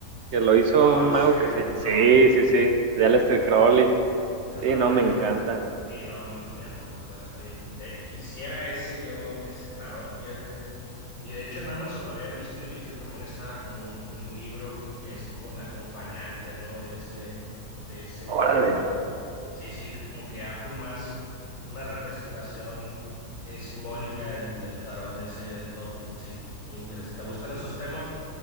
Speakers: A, on the right (about 70°); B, on the left (about 70°).
A: que lo hizo
B: Ah,
A: un mago
B: sí, el
A: que se...
B: de Crowley,
A: Sí, sí, sí, de
B: por
A: Aleister
B: supuesto.
A: Crowley.
B: Hermano,
A: Sí, no,
B: yo
A: me
B: creo
A: encanta.
B: que sí, no, a mí también, por supuesto. Y de, hecho, quisiera ese yo, ese tarot, fíjate. Y de hecho en Amazon lo había visto y vi que también estaba como un, un libro que es como el acompañante, ¿no? De ese, de ese
A: Órale.
B: tarot. Sí, sí, que como que ya pues más una representación eh, simbólica del, del tarot de ese de Todd. Sí, muy interesante. ¿Te gustan esos temas?